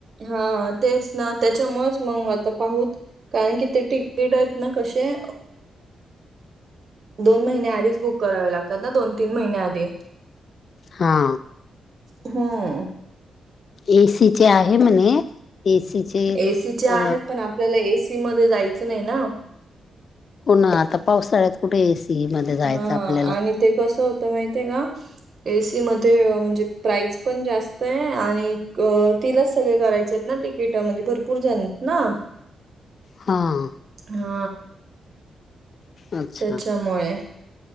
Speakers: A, on the right; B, on the left.
A: हा तेच ना त्याच्यामुळेच मग आता पाहूत कारण की ते तिकीट आहेत. ना कसे. दोन महिने्या आधीच बुक करावे लागतात ना दोन तीन महिन्या आधी.
B: हा.
A: हम्म.
B: एसीचे आहे म्हणे एसीचे
A: एसीचे आहेत
B: अ.
A: पण आपल्याला एसी मध्ये जायचं नाही ना.
B: हो ना आता पावसाळ्यात कुठे एसी मध्ये जायचं
A: हा
B: आपल्याला.
A: आणि ते कसं होत. माहितय आहे का एसी मध्ये म्हणजे प्राईस पण जास्त आहे आणि. तिलाच सगळे करायचे आहेत ना तिकिट म्हणजे भरपूर जण ना.
B: हां.
A: हा
B: अच्छा
A: त्याच्यामुळे